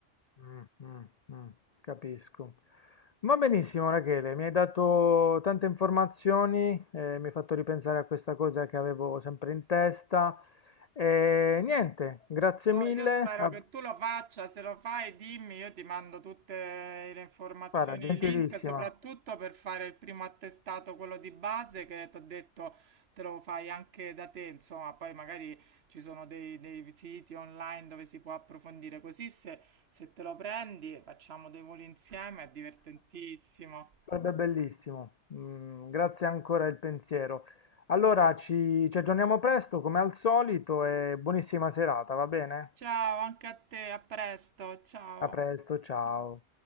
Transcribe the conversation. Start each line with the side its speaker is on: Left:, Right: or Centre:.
Left: Mh, mh, mh, capisco. Va benissimo Rachele, mi hai dato tante informazioni, eh, mi hai fatto ripensare a questa cosa che avevo sempre in testa. E niente, grazie
Right: Oh,
Left: mille.
Right: io spero
Left: Ah,
Right: che tu lo faccia, se lo fai dimmi, io ti mando tutte le informazioni
Left: guarda, gentilissima,
Right: e i link, soprattutto per fare il primo attestato, quello di base, che ti ho detto te lo fai anche da te, insomma, poi magari ci sono dei, dei siti online dove si può approfondire, così se, se te lo prendi facciamo dei voli insieme, è divertentissimo.
Left: sarebbe bellissimo. Mm, grazie ancora del pensiero. Allora ci ci aggiorniamo presto come al solito e buonissima serata, va bene?
Right: Ciao, anche a te, a presto, ciao.
Left: A presto, ciao.
Right: Ciao.